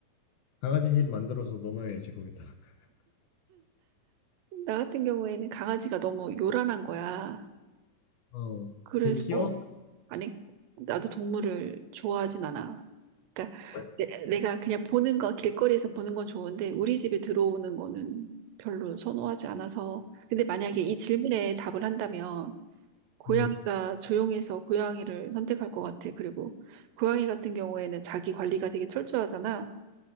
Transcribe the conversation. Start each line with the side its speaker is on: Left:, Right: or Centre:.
Left: 강아지 집 만들어서 넣어놔야지 거기다 <laughs>
Right: 나 같은 경우에는 강아지가 너무 요란한 거야.
Left: 어걔
Right: 그래서
Left: 키워?
Right: 아니, 나도 동물을 좋아하진 않아. 그러니까
Left: 맞,
Right: 내, 가 그냥 보는 거, 길거리에서 보는 건 좋은데 우리 집에 들어오는 거는 별로 선호하지 않아서. 근데 만약에 이 질문에 답을 한다면 고양이가
Left: 음
Right: 조용해서 고양이를 선택할 것 같아. 그리고 고양이 같은 경우에는 자기 관리가 되게 철저하잖아.